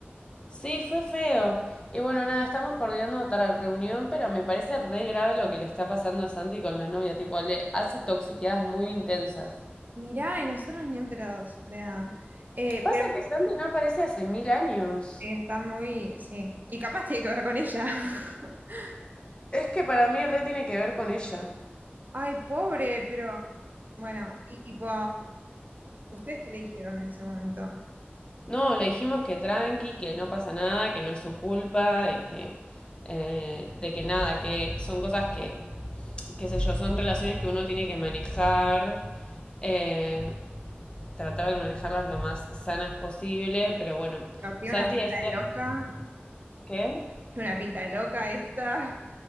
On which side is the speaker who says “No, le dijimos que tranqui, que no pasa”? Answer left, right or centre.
Left